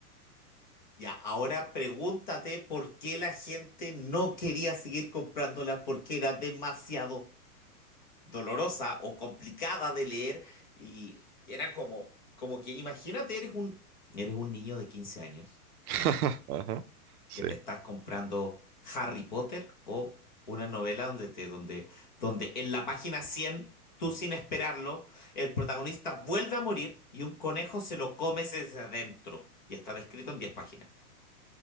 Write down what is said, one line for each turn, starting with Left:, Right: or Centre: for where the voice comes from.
Left: ya, ahora pregúntate por qué la gente no quería seguir comprándola porque era demasiado dolorosa o complicada de leer y era como, como que imagínate, eres un, eres un niño de 15 años,
Right: <laughs>
Left: ¿ya?
Right: Ajá, sí.
Left: Que te estás comprando Harry Potter o una novela donde, te, donde, donde en la página 100 tú sin esperarlo, el protagonista vuelve a morir y un conejo se lo come desde adentro y está descrito en diez páginas.